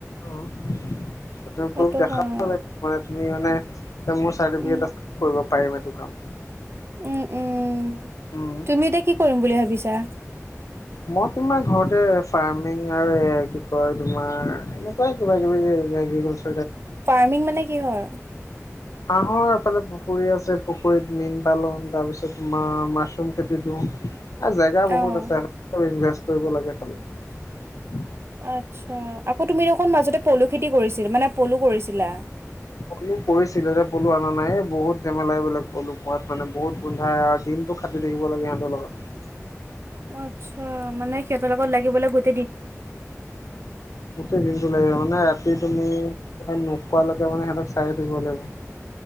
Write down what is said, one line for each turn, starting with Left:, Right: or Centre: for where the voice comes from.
Left: অ ত তুমি
Right: সেইটো
Left: প্ৰোফ দেখাব
Right: কাৰণে
Left: লাগিব মানে তুমি মানে। এ মোৰ চাৰ্টিফিকেট
Right: উম,
Left: আছে কৰিব পাৰিম এইটো কাম।
Right: উম উম
Left: উম
Right: তুমি এতিয়া কি কৰিম বুলি ভাবিছা।
Left: মই তোমাৰ ঘৰতে ফাৰ্মিং আৰু এ কি কয় তোমাৰ এনেকুৱাই কিবা কিবি <unintelligible>
Right: ফাৰ্মিং মানে কিহৰ
Left: হাঁহৰ এফালে পুখুৰী আছে পুখুৰীত মীন পালন তাৰ পিছত তোমাৰ মাছৰুম খেতি দিও। এ জেগা বহুত
Right: অ',
Left: আছে ইনভেষ্ট কৰিব লাগে খালি।
Right: আত্ছা আকৌ তুমি দেখোন মাজতে পলু খেতি কৰিছিল মানে। পলু কৰিছিলা
Left: পলু কৰিছিলে এতিয়া পলু অনা নাই। বহুত জেমেলা এবিলাক পলু পোহাত মানে বহুত গোন্ধাই আৰু দিনটো খাটি থাকিব লাগে সিহঁতৰ লগত। <unintelligible>
Right: আত্ছা মানে সিহঁতৰ লগত লাগিবলৈ বহুত
Left: গোটেই দিনটো লাগিব মানে ৰাতি তুমি। নোকোৱালৈকে মানে সিহঁতক চাই থাকিব লাগিব।